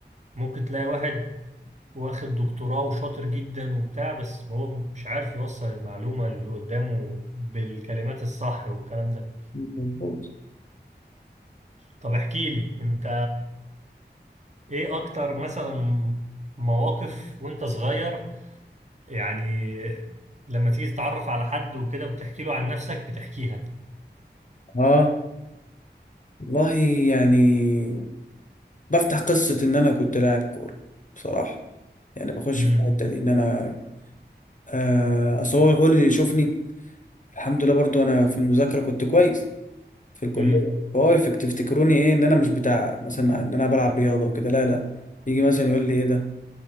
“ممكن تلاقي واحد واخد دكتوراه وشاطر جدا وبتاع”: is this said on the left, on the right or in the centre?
Right